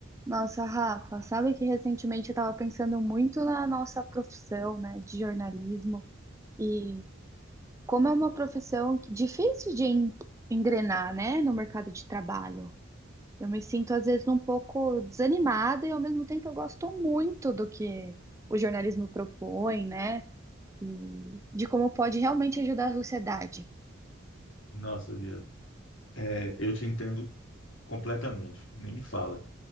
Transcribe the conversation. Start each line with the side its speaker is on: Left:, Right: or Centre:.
Right: Nossa, Rafa, sabe que recentemente eu estava pensando muito na nossa profissão, né, de jornalismo e como é uma profissão que- difícil de en- engrenar, né, no mercado de trabalho. Eu me sinto às vezes um pouco desanimada e ao mesmo tempo eu gosto muito do que o jornalismo propõe, né, e de como pode realmente ajudar a sociedade.
Left: Nossa, Bia, é, eu te entendo completamente, nem me fala,